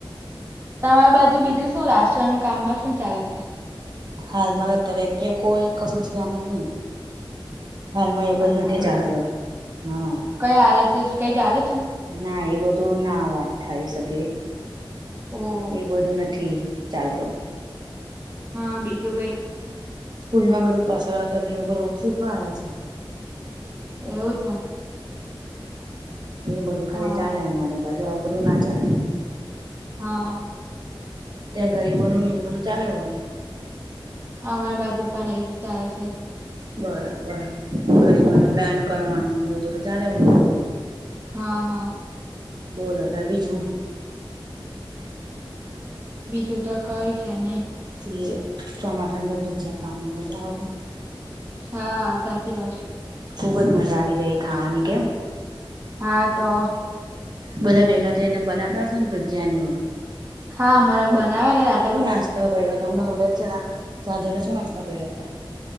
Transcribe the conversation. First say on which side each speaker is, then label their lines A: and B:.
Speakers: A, on the right; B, on the right.
A: તમારી બાજુ બીજું શું? રાષ્ટ્રનું કામમાં શું ચાલે છે?
B: હાલમાં અત્યારે કોઈ કશું થયા નહી. હાલમાં એવ બધું
A: અચ્છા
B: નથી
A: એવું
B: ચાલતો,
A: છે.
B: હા.
A: કઈ આરએસસ કઈ ચાલે છે.
B: ના, એ બધું ના વાત થાય શકે,
A: ઓહ.
B: એ બધું નથી. ચાલતો.
A: હા, બીજું કઈ?
B: સ્કૂલ માં બધું કસરત નર શીખવા છે ને.
A: <unintelligible>
B: એવું ખાલી
A: હા
B: ચાલે, અમારી બાજુ આવું બધું ના ચાલે.
A: હા.
B: ત્યાં ગરીબો ન નહી, બધું ચાલે હો.
A: અમારા બાજુ પણ એજ થાય છે.
B: બરાબર ગરીબનું દાન કરવાનું, એવું બધું ચાલે બોલ.
A: હા, હા.
B: બોલ હતા બીજું?
A: બીજું તો કઈ છે નઈ.
B: સી ચોમાખા તો ભુજયા ખાવાનું મજા આવે.
A: હા, સાચી વાત.
B: ખુબ જ મજા આવી જાય, ખાવાની કેમ
A: હા તો
B: બધા ભેગા. બનાવતાશેને બિરયાનીઓ.
A: હા, અમારા બનાવે ને રા
B: શું નાસ્તો કયરો તમે? ચા જોડે શું નાસ્તો કયરો અતારે.